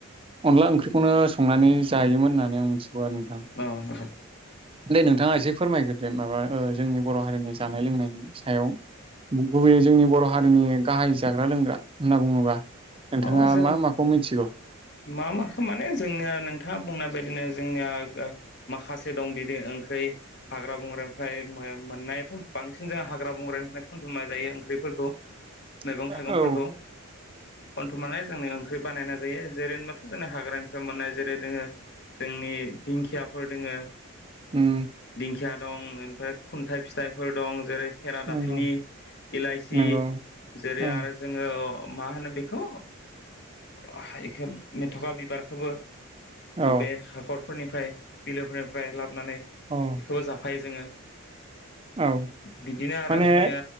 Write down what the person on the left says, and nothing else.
औ औ
अ जों
मा माखो माने जोंनिया नोंथाङा बुंनाय बायदिनो जोंनिया माखासे दं बिदि ओंख्रि हाग्रा बंग्रानिफ्राय मोननायाथ' बांसिन जों हाग्रा बंग्रानि थाखाय खनथुमनाय जायो ओंख्रिफोरखौ
मैगं थाइगंफोरखौ
खनथुमनानै जोंनि ओंख्रि बानायना जायो जेरै होनबाथ' जोंनि हाग्रानिफ्राय मोननाय जेरै जोङो जोंनि दिंखियाफोर दोङो
दिंखिया दं ओमफ्राय खुन्थाइ फिथाइफोर दं। जेरै खेरादाफिनि
इलाइसि
जेरै
आरो जोङो मा होनो बे खौ बेखौ मेथ'खा बिबारखौबो
बे हाखर फोरनिफ्राय बिलोफोरनिफ्राय लाबोनानै
बेखौबो जाफायो जोङो।
बिदिनो आरो
जोंनिया